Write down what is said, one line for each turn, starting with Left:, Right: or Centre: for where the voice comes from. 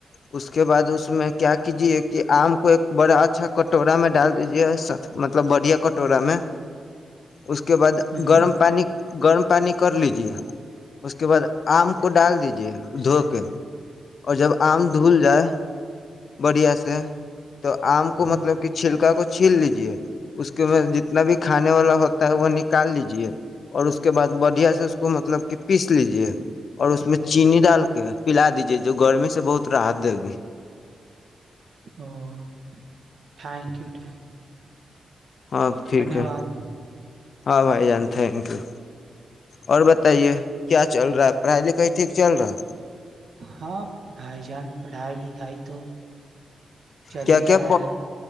Left: اس کے بعد اس میں کیا کیجیے کہ آم کو ایک بڑا <unintelligible> اچھا کٹورا میں ڈال دیجیے سب <unintelligible> مطلب بڑھیا کٹورا میں اس کے بعد
Right: ہوں
Left: گرم پانی گرم <unintelligible> پانی کر لیجیے اس کے بعد آم کو ڈال دیجے دھو اور جب آم دھل جائے بڑھیا سے تو آم کو
Right: ہ
Left: مطلب کہ چھلکا کو چھیل لیجیے اس کے میں جتنا بھی کھانے والا ہوتا ہے وہ نکال لیجیے اور اس کے بعد بڑھیا سے اس کو مطلب کہ پیس لیجیے اور اس میں چینی ڈال کے پلا دیج جی جو گرمی سے بہت راحت دے گی
Right: اوکے ٹھینکیو ٹھینکیو
Left: ہاں ٹھیک ہے
Right: واد
Left: ہاں بھائی جان تھینکیو اور بتائیے کیا چل رہا ہے پڑھائی لکھائی ٹھیک چل رہا
Right: ہاں بھائی جان پڑھائی لکھائی تو چل
Left: کیا
Right: ہی
Left: کیا
Right: رہا ہے